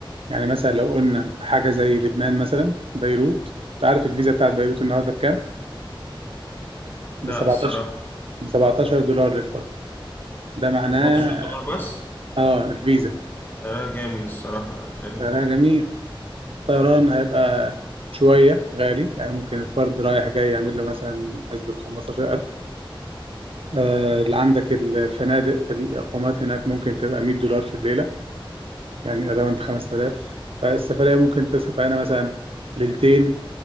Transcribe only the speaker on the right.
يعني مثلا لو قلنا حاجة زي لبنان مثلا بيروت أنت عارف الفيزا بتاعت بيروت النهاردة بكام؟
ب 17
ب 17 دولار للفرد ده معناه
آه الفيزا
ده جميل الطيران هيبقى شوية غالي يعني ممكن الفرد رايح جاي يعمل له مثلا حسبة 15000 آه، اللي عندك الفنادق الإقامات هناك ممكن تبقى 100 دولار في الليلة يعني أراوند 5000 فالسفرية ممكن تصرف علينا مثلا ليلتين